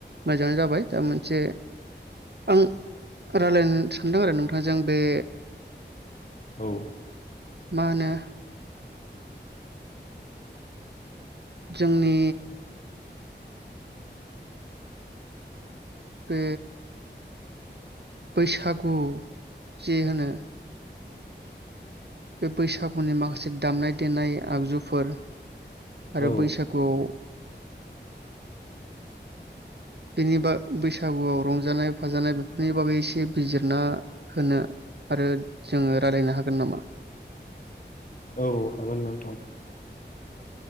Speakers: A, on the right; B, on the left.
A: मोजाङानो जाबाय दा मोनसे आं रायलायनो सानदों आरो नोंथांजों बे
B: औ।
A: मा होनो जोंनि बे बैसागु जे होनो बे बैसागुनि माखासे दामनाय देनाय आगजुफोर आरो
B: औ
A: बैसागुआव बेनि बा बैसागुआव रंजानाय-फाजानाय बेफोरनि बागै एसे बिजिरना होनो आरो जोङो रायलायनो हागोन नामा?
B: औ हागोन नोंथां।